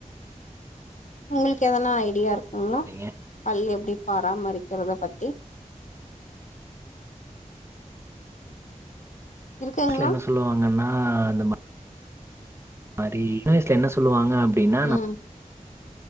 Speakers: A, on the left; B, on the right.
A: உங்களுக்கு எதனா ஐடியா இருக்குங்களா
B: சரிங்க.
A: பல் எப்டி பராமரிக்கிறத பத்தி இருக்குங்களா
B: வயசுல என்ன சொல்லுவாங்கன்னா அந்த மாரி சின்னவயசுல என்ன சொல்லுவாங்க அப்டின்னா
A: ம்
B: நா